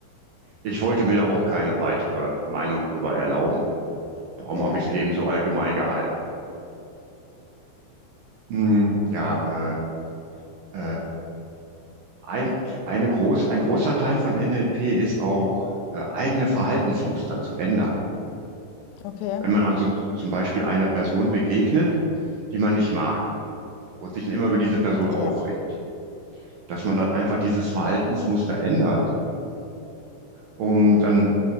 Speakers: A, on the right (about 70°); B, on the left (about 80°).
A: Ich wollte mir da auch keine weitere Meinung drüber erlauben. Darum
B: Ja,
A: habe ich es eben so allgemein gehalten. Hm, ja, äh, äh, ein, eine groß, ein großer Teil von NLP ist auch, äh, eigene Verhaltensmuster zu ändern.
B: okay.
A: Wenn man also zum Beispiel einer Person begegnet, die man nicht mag und sich dann immer über diese Person
B: Ja,
A: aufregt, dass man dann einfach dieses Verhaltensmuster ändert, um dann